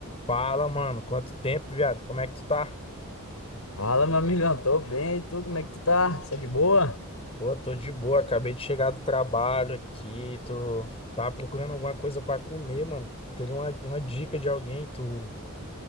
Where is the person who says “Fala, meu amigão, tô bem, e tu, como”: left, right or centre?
Left